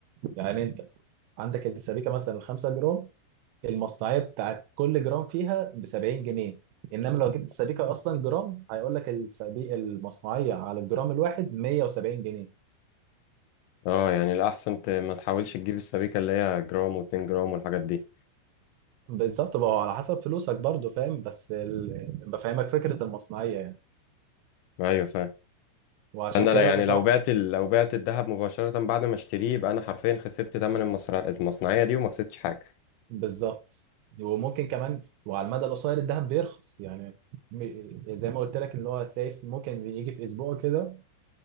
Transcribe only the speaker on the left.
اه يعني الاحسن ت- ما تحاولش تجيب السبيكة اللي هي جرام واتنين جرام والحاجات دي
ايوه فاهم
فانا
لا- يعني
لو بعت ال... لو بعت الذهب مباشرة بعد ما اشتريه يبقى انا حرفيا خسرت تمن المصر... المصنعية دي وما كسبتش حاجة